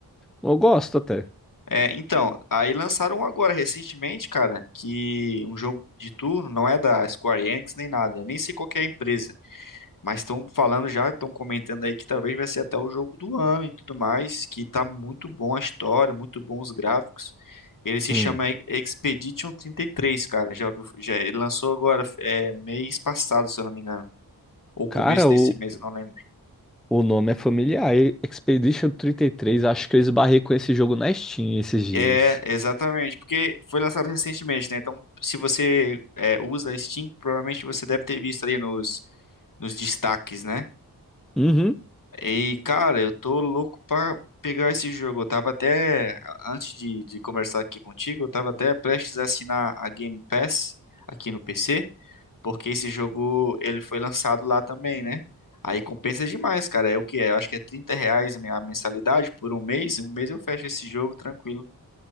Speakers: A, in the centre; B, on the left.
A: Eu gosto até.
B: É, então, aí lançaram um agora recentemente, cara, que um jogo de turno não é da Square Enix nem nada, nem sei qual que é a empresa. Mas estão falando já, estão comentando aí que talvez vai ser até o jogo do ano e tudo mais, que tá muito bom a história, muito bom os gráficos. Ele se
A: Hum.
B: chama E- Expedition 33, cara. Já, ouviu- já ele lançou agora, é, mês passado, se eu não me engano. Ou começo
A: Cara,
B: desse
A: o,
B: mês, eu não lembro.
A: o nome é familiar. E- Expedition 33. Acho que eu esbarrei com esse jogo na Steam esses dias.
B: É, exatamente, porque foi lançado recentemente, né? Então, se você é, usa a Steam, provavelmente você deve ter visto ali nos, nos destaques, né?
A: Uhum.
B: E, cara, eu tô louco pra pegar esse jogo. Eu tava até, antes de, de conversar aqui contigo, eu tava até prestes a assinar a Game Pass aqui no PC, porque esse jogo, ele foi lançado lá também, né? Aí compensa demais, cara. É o que é? Eu acho que é 30 reais a minha mensalidade por um mês. Um mês eu fecho esse jogo tranquilo.